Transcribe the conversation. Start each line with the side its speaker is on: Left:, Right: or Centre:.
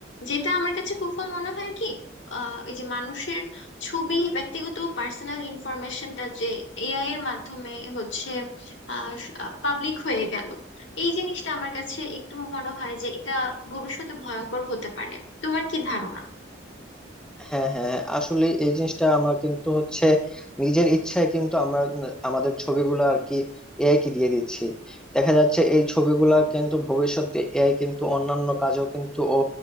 Left: যেটা আমার কাছে কুফল মনে হয় কি আহ এই যে মানুষের ছবি ব্যক্তিগত পার্সোনাল ইনফরমেশনটা যে এআই এর মাধ্যমে হচ্ছে আহ পাবলিক হয়ে গেল এই জিনিসটা আমার কাছে একটু মনে হয় যে এটা ভবিষ্যতে ভয়ঙ্কর হতে পারে তোমার কি ধারণা
Centre: হ্যাঁ হ্যাঁ হ্যাঁ। আসলে এই জিনিসটা আমরা কিন্তু হচ্ছে নিজের ইচ্ছায় কিন্তু আমরা ন- আমাদের ছবিগুলো আর কি এআই কে দিয়ে দিচ্ছি দেখা যাচ্ছে এই ছবিগুলা কিন্তু ভবিষ্যতে এআই কিন্তু অন্যান্য কাজেও কিন্তু ও